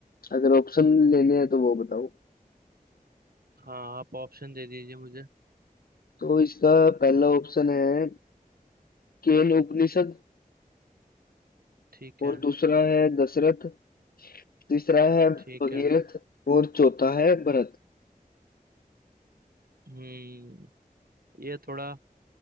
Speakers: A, on the left; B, on the right.
A: अगर ऑप्शन लेने हैं तो वो बताओ
B: हाँ आप ऑप्शन दे दीजिए मुझे
A: तो इसका पहला ऑप्शन है केन उपनिषद
B: ठीक
A: और
B: है
A: दूसरा है दशरथ तीसरा है भगीरथ
B: ठीक है
A: और चौथा है भरत
B: हम्म ये थोड़ा